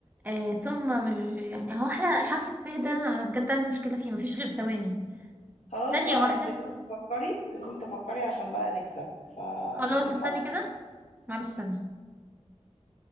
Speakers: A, on the right; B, on the left.
A: آه ثم مش- يعني هو احنا حرف الث ده انا أنا بجد عندي مشكلة فيه مفيش غير ثواني
B: خلاص
A: ثانية
B: بقى
A: واحدة
B: انت لازم تفكري لازم تفكري عشان بقى نكسب فانت
A: خلاص
B: وحظك
A: استني كده معلش ثانية